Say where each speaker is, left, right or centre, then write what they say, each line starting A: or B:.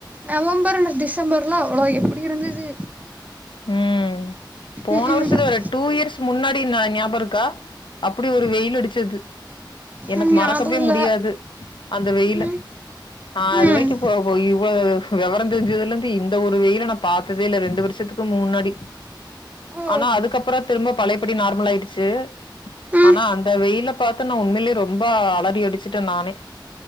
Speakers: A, on the right; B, on the left.
A: நவம்பர் டிசம்பர்லாம் தோழா எப்படி இருந்தது
B: ம் போன
A: ம் ம்
B: வருஷத்து ஒரு டூ இயர்ஸ் முன்னாடி நாஞாபம் இருக்கா அப்படி ஒரு வெயில் அடிச்சது எனக்கு
A: ம் ஞாபக
B: மறக்கவே
A: இல்ல
B: முடியாது அந்த வெயில
A: ம்
B: அது
A: ம்
B: வரைக்கும் போ இவ்வளோ விவரம் இதுல இருந்து இந்த ஒரு வெயில நா பாத்ததே இல்ல ரெண்டு வருஷத்துக்கு முன்னாடி
A: ஓ
B: ஆனா அதுக்கப்புறம் திரும்ப பழையப்படி நார்மல் ஆயிடுச்சு
A: ம்
B: ஆனா அந்த வெயில பாத்து நான் உண்மையிலயே ரொம்ப அலறி அடிச்சுட்டேன் நானே